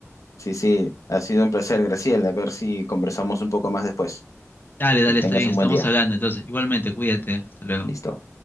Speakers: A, on the left (about 85°); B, on the left (about 40°).
A: Sí, sí, ha sido un placer, Graciela. A ver si conversamos un poco más después.
B: Dale,
A: Que
B: dale,
A: tengas
B: está bien,
A: un
B: estamos
A: buen día.
B: hablando. Entonces, igualmente, cuídate. Hasta luego.
A: Listo.